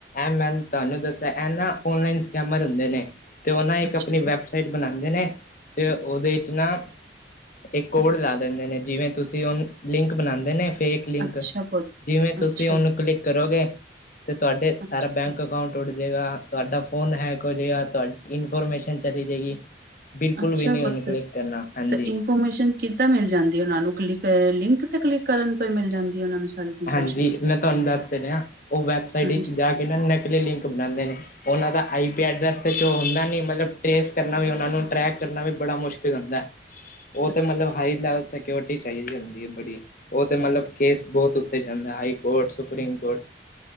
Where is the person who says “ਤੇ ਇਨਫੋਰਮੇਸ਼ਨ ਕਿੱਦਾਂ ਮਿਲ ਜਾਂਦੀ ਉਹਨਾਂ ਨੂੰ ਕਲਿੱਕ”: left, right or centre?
Right